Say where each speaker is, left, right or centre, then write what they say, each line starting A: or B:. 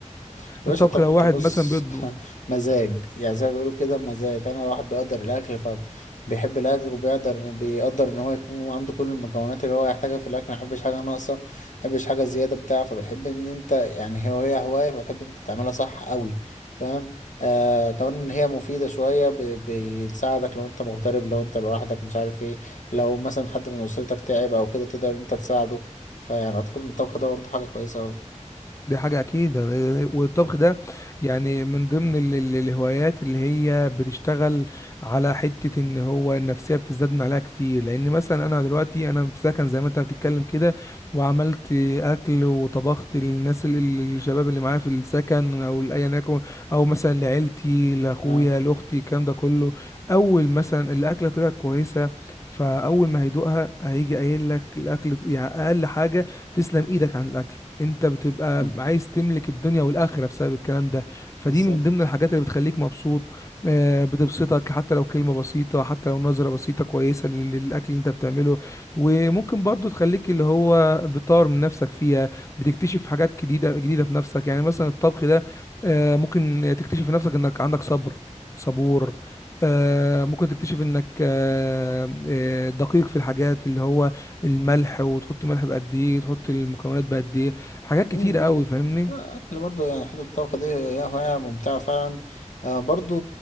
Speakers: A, on the left; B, on the left.
A: يا
B: الطبخ
A: باشا الطبخ
B: لو واحد
A: ده بص
B: مثلا بيطبخ
A: <laughs> مزاج يعني زي ما بيقولوا كده مزاج انا واحد بيقدر الاكل فبيحب الاكل وبيقدر بيقدر ان هو يكون عنده كل المكونات اللي هو يحتاجها في الاكل ما يحبش حاجه ناقصه ما يحبش حاجه زياده بتاع فبيحب ان انت يعني هي وهي هوايه فتحب انت تعملها صح قوي فاهم آه كمان ان هي مفيده شويه ب- بتساعدك لو انت مغترب لو انت لوحدك مش عارف ايه لو مثلا حد من اسرتك تعب او كده تقدر انت تساعده فيعني اعتقد ان الطبخ ده برضه حاجه كويسه قوي
B: دي حاجة أكيد والطبخ ده يعني من ضمن ال- ال- الهوايات اللي هي بتشتغل على حتة إن هو النفسية بتزداد من عليها كتير لأن مثلا أنا دلوقتي أنا في سكن زي ما أنت بتتكلم كده وعملت أكل وطبخت للناس ال- ال- الشباب اللي معايا في السكن أو لأيا يكن أو مثلا لعيلتي لأخويا
A: اه
B: لأختي الكلام ده كله أول مثلا الأكلة طلعت كويسة فأول ما هيدوقها هيجي قايل لك الأكل يعني أقل حاجة تسلم ايدك عن الاكل انت بتبقى
A: <laughs>
B: عايز تملك الدنيا والاخره بسبب الكلام ده فدي
A: بالظبط
B: من ضمن الحاجات اللي بتخليك مبسوط آه، بتبسطك حتى لو كلمه بسيطه حتى لو نظره بسيطه كويسه لل- للاكل اللي انت بتعمله وممكن برضو تخليك اللي هو بتطور من نفسك فيها بتكتشف حاجات جديده جديده في نفسك يعني مثلا الطبخ ده آه، ممكن تكتشف في نفسك انك عندك صبر صبور آه، ممكن تكتشف انك آه، آه، دقيق في الحاجات اللي هو الملح وتحط ملح بقد ايه تحط المكونات بقد ايه حاجات
A: مم.
B: كتيرة قوي فاهمني
A: احنا برضه يعني حتة الطبخ دي هي هواية ممتعة فعلا آه برضه